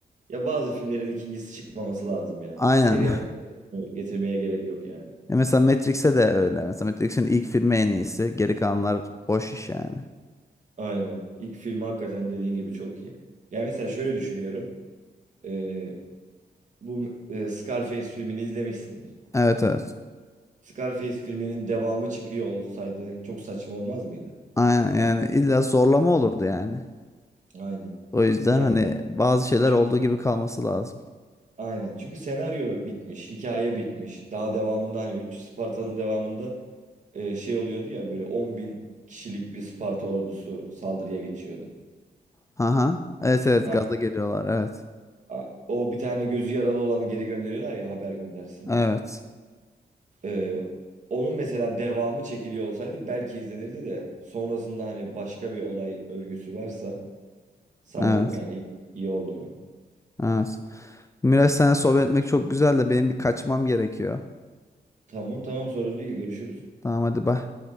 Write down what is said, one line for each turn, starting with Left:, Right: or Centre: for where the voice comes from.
Right: Ya bazı filmlerin ikincisi çıkmaması lazım ya.
Left: Aynen.
Right: Seri
Left: <laughs>
Right: haline getirmeye gerek yok yani.
Left: Ya mesela Matrix'e de öyle. Mesela Matrix'in ilk filmi en iyisi. Geri kalanlar boş iş yani.
Right: Aynen. İlk film hakikaten dediğin gibi çok iyi. Yani mesela şöyle düşünüyorum. Ee, bu e, Scarface filmini izlemişsindir.
Left: Evet evet.
Right: Scarface filminin devamı çıkıyor olsaydı çok saçma olmaz mıydı?
Left: Aynen yani illa zorlama olurdu yani.
Right: Aynen.
Left: O yüzden
Right: Ya
Left: hani bazı şeyler
Right: çünkü,
Left: olduğu gibi kalması lazım.
Right: aynen. Çünkü senaryo bitmiş, hikaye bitmiş. Daha devamında hani 300 Spartalı'nın devamında e, şey oluyordu ya böyle 10 bin kişilik bir Sparta ordusu saldırıya geçiyordu.
Left: Haha. Evet evet
Right: A-
Left: gaza geliyorlar. Evet.
Right: a- O bir tane gözü yaralı olanı geri gönderiyorlar ya haber göndersin
Left: Evet.
Right: diye. Ee, onun mesela devamı çekiliyor olsaydı belki izlenirdi de sonrasında hani başka bir olay örgüsü varsa sanmıyorum
Left: Evet.
Right: yani iyi, iyi olduğunu.
Left: Evet. Miraç seninle sohbet etmek çok güzel de benim bir kaçmam gerekiyor.
Right: Tamam tamam sorun değil görüşürüz.
Left: Tamam hadi bay.